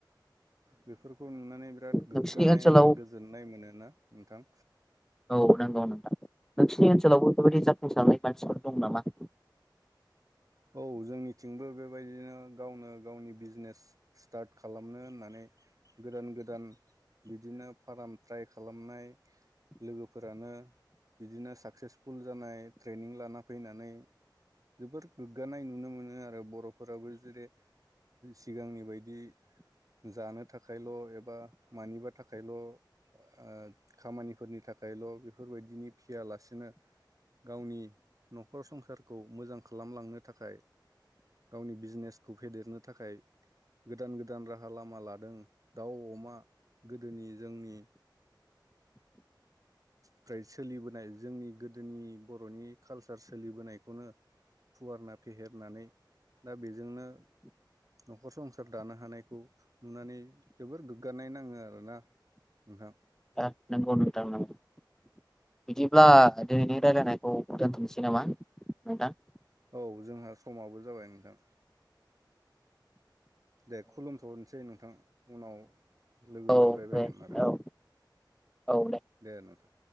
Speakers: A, on the right; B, in the centre.
A: बेफोरखौ नुनानै बिराद गोग्गानाय
B: नोंसिनि ओनसोलाव
A: आरो गोजोननाय मोनो ना नोंथां
B: औ नोंगौ नोंथां नों नि ओनसोलावबो बेबायदिजाफुंसारनाय मानसिफोर दं नामा
A: औ जोंनिथिंबो बेबायदिनो गावनो गावनि बिजनेस स्टार्ट खालामनो होननानै गोदान गोदान बिदिनो फार्म ट्राइ खालामनाय लोगोफोरानो बिदिनो साकसेसफुल जानाय ट्रेनिं लाना फैनानै जोबोर गोग्गानाय नुनो मोनो आरो बर'फोराबो जेरै सिगांनि बायदि जानो थाखायल' एबा मानिबा थाखायल' आ खामानिफोरनि थाखायल' बेफोरबायदिनि फियालासेनो गावनि न'खर संसारखौ मोजां खालाम खालामलांनो थाखाय गावनि बिजनेसखौ फेदेरनो थाखाय गोदान गोदान राहा लामा लादों दाउ अमा गोदोनि जोंनि फ्राय सोलिबोनाय जोंनि गोदोनि बर'नि कालसार सोलिबोनायखौनो फुवारना फेहेरनानै दा बेजोंनो न'खर संसार दानो हानायखौ नुनानै जोबोर गोग्गानाय नाङो आरोना नोंथां
B: आं नोंगौ नोंथां नोंगौ बिदिब्ला दिनैनि रायजलायनायखौ दोनथ'नोसै नामा नोंथां
A: औ जोंहा समाबो जाबाय नोंथां दे खुलुमथ'नोसै नोंथां उनाव लोगो
B: औ
A: मोनबाय बगोन
B: दे
A: आरो
B: औ औ
A: दे नोंथां